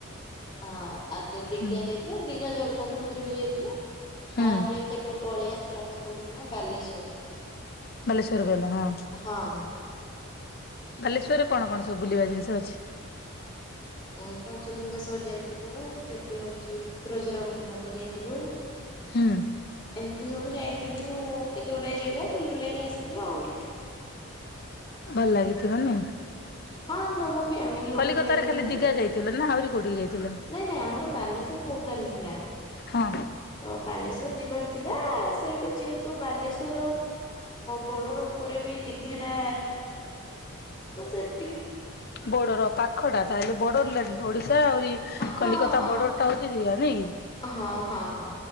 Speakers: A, on the left; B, on the left.
A: ହଁ ଆଉ ସେ ଦିଘା
B: ହୁଁ
A: ଯାଇଥିଲୁ ଦିଘା ଜଗନ୍ନାଥ ମନ୍ଦିର ବି ଯାଇଥିଲୁ
B: ହୁଁ
A: ତାପରେ ସେଠୁ ପଳେଇ ଆସିଥିଲୁ ଆମେ କୋଉଠିିକି ନା ବାଲେଶ୍ଵର
B: ମଲେଶ୍୍ୱର ଗଲା ହଁ
A: ହଁ।
B: ବାଲେଶ୍ୱରରେ କଣ କଣ ସବୁ ବୁଲିବା ଜିନିଷ ଅଛି
A: ଏ ପଞ୍ଚଲିଙ୍ଗେଶ୍ଵର ଯାଇଥିଲୁ ସେଠି ହଉଛି କ୍ଷୀରଚର ଗୋପୀନାଥ ଯାଇଥିଲୁ
B: ହୁଁ
A: ଏତେ ସବୁ ଯାଇଥିଲୁ କେତେଗୁଡାଏ ଜାଗା ବୁଲି ବୁଲକି ଆସିଥିଲୁ ଆଉ।
B: ଭଲ ଲାଗିଥିବନି
A: ହଁ ସବୁ ବି ଫ୍ୟାମିଲି ଲୋକ
B: କଲିକତାରେ
A: ଯାଇଥିଲୁ।
B: ଖାଲି ଦିଘା ଯାଇଥିଲ ନା ଆହୁରି କୋଉଠିକି ଯାଇଥିଲ?
A: ନାଇଁ ନାଇଁ ଆମର ବାଲେଶ୍ଵର ପ୍ରୋଗ୍ରାମ ଥିଲା।
B: ହଁ
A: ତ ବାଲେଶ୍ୱଵର ଯିବାର ଥିଲା ସେଇଠୁ ଯେହେତୁ ବାଲେଶ୍ୱର ବର୍ଡ଼ର ଉପରେ ବି ଦୀଘା ଟା ତ ସେ <unintelligible>
B: ବୋର୍ଡର ପାଖ ଟା ତାହେଲେ ବୋଡର <unintelligible> ଓଡ଼ିଶା <unintelligible> ସେ ଆହୁରି
A: ହଁ
B: କଲିକତା
A: ହଁ
B: ବର୍ଡର ଟା ହଉଛି <unintelligible> ନାଇଁ କି?
A: ହଁ, ହଁ, ହଁ।